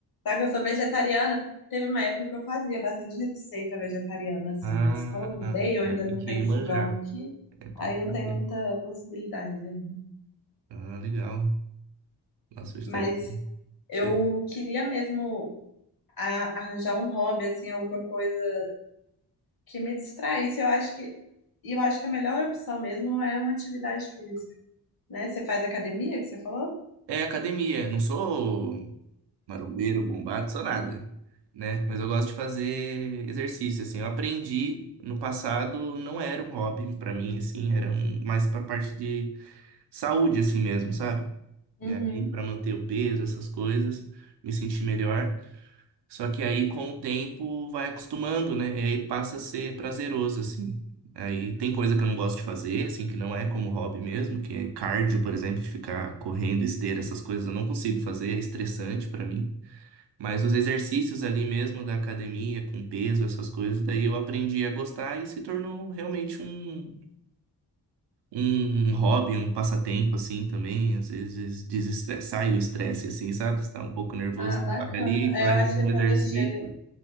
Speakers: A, on the left; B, on the right.
A: Só que eu sou vegetariana. Teve uma época que eu fazia bastante receita vegetariana, assim,
B: Ah,
A: mas como eu mudei, eu
B: é,
A: ainda
B: tem
A: não
B: que
A: tenho
B: manjar.
A: fogão aqui,
B: É, tem
A: aí
B: que
A: não
B: saber.
A: tenho muita possibilidade ainda.
B: Ah, legal. Nossa, vegetariano.
A: Mas eu
B: Difer-
A: queria mesmo a- arranjar um hobby, assim, alguma coisa que me distraísse. Eu acho que e eu acho que a melhor opção mesmo é uma atividade física, né? Você faz academia, que você falou?
B: É academia. Não sou. Marombeiro, bombado, sou nada, né? Mas eu gosto de fazer exercício, assim. Eu aprendi no passado, não era um hobby pra mim, assim, era um, mais pra parte de saúde, assim mesmo, sabe?
A: Uhum.
B: E aí, pra manter o peso, essas coisas, me sentir melhor. Só que aí, com o tempo, vai acostumando, né? E aí passa a ser prazeroso, assim. Aí tem coisa que eu não gosto de fazer, assim, que não é como hobby mesmo, que é cardio, por exemplo, de ficar correndo, esteira, essas coisas eu não consigo fazer, é estressante pra mim. Mas os exercícios ali mesmo da academia, com peso, essas coisas, daí eu aprendi a gostar e se tornou realmente um, um hobby, um passatempo, assim, também. Às vezes desestressa, sai o estresse, assim, sabe? Você tá um pouco nervoso,
A: Ah, bacana.
B: você vai ali, faz
A: É, eu acho
B: um
A: que quando
B: exercício.
A: chega,